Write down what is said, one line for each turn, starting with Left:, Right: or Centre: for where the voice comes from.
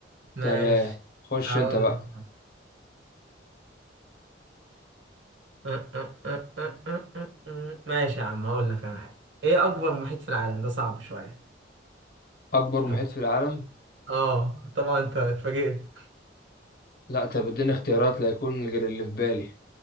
Right: ماشي
Left: تمام خش
Right: هقول
Left: انت بقى
Right: لك آه، آه، آه، آه، آه، آه، آه. ماشي يا عم هقول لك انا حاجه ايه اكبر محيط في العالم ده صعب شويه
Left: اكبر محيط
Right: محيط.
Left: في العالم
Right: اه طبعا انت اتفاجئت
Left: لا انت بتديني اختيارات لا يكون غير اللي في بالي